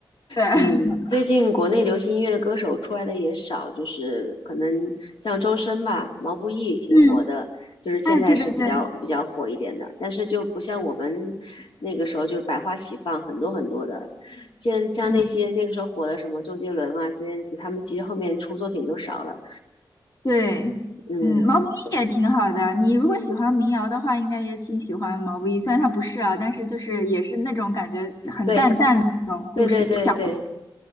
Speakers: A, on the left; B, on the left.
A: 对，
B: 嗯，
A: <laughs>
B: 最近国内流行音乐的歌手出来的也少，就是可能像周深吧，毛不易挺火的，
A: 嗯，
B: 就是现在是比较比较火一点的，
A: 哎，对对对。
B: 但是就不像我们那个时候就是百花齐放，很多很多的，现像那些那个时候火的什么周杰伦啊、
A: 嗯。
B: 孙燕姿，他们其实后面出作品都少了，
A: 对，
B: 嗯，
A: 嗯，毛不易也挺好的。你如果喜欢民谣的话，应该也挺喜欢毛不易。虽然他不是啊，但是就是也是那种感觉很淡淡的那种故事讲故事
B: 对对对对对。